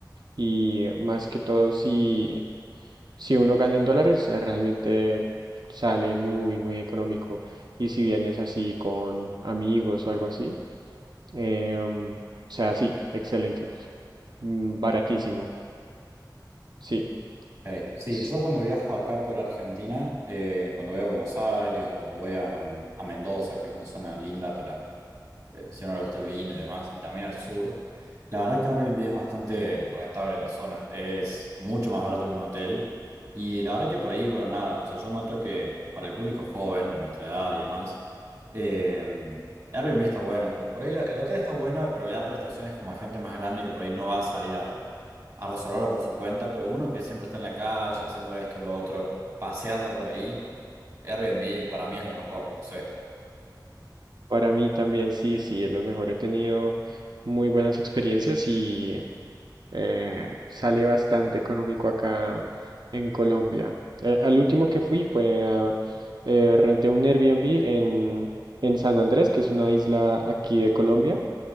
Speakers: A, on the right (about 65°); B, on the right (about 50°).
A: Y más que todo, si, si uno gana en dólares, eh, realmente sale muy, muy económico. Y si vienes así con amigos o algo así, em, o sea, sí, excelente. Mm, Baratísimo, sí.
B: Hey, sí,
A: Es-
B: yo cuando viajo acá por Argentina, eh, cuando voy a Buenos Aires o cuando voy a, mm, a Mendoza, que es una zona linda para, eh, si a uno le gusta el vino y demás, y también al sur. La verdad que Airbnb es bastante rentable en la zona, es mucho más barato que un hotel. Y la verdad que por ahí, bueno, nada, o sea, yo noto que para el público joven, de nuestra edad y demás, eh, Airbnb está bueno, porque por ahí el hotel está bueno, pero le da prestaciones como a gente más grande que por ahí no va a salir a, a resolverlo por su cuenta, pero uno que siempre está en la calle haciendo esto, lo otro, paseando por ahí, Airbnb para mí es lo mejor, no sé.
A: Para mí también, sí, sí, es lo mejor. He tenido muy buenas experiencias y. eh, sale bastante económico acá en Colombia. Eh, al último que fui fue a, eh, renté un Airbnb en, en San Andrés, que es una isla aquí de Colombia,